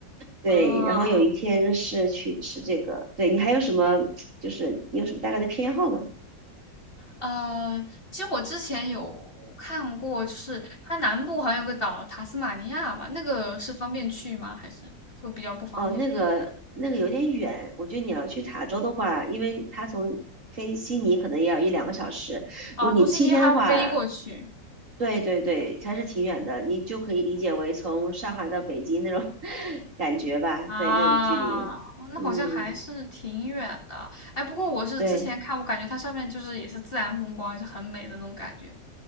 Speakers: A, on the right (about 45°); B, on the left (about 30°).
A: 对，
B: 啊，
A: 然后有一天是去吃这个。对你还有什么？就是你有什么大概的偏好吗？
B: 呃，其实我之前有看过，就是它南部好像有个岛塔斯马尼亚吧，那个是方便去吗？还是会比较不方便？
A: 哦，那个那个有点远，我觉得你要去塔州的话，因为它从飞悉尼可能也要一两个小时，
B: 啊，
A: 如果你七天的话，
B: 从悉尼还要飞过去。
A: 对对对，还是挺远的，你就可以理解为从上海到北京那种 <laughs> 感觉吧，
B: 啊，
A: 对，那种距离。
B: 哦那好像还是挺远的。
A: 嗯，
B: 哎，不过我是之前看，
A: 对
B: 我感觉它上面就是也是自然风光，也是很美的那种感觉